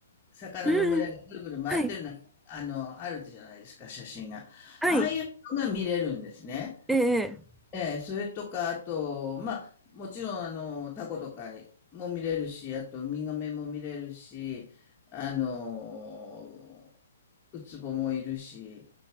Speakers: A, on the left; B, in the centre.
A: 魚の群れがぐるぐる回ってるのがあのあるじゃないですか写真がああいうのが見れるんですね
B: うんうん。はい。はい。ええ
A: ええ、それとか、あと、まあ、もちろん、あの、タコとかも見れるし、あと、ウミガメも見れるし、あの、ウツボもいるし、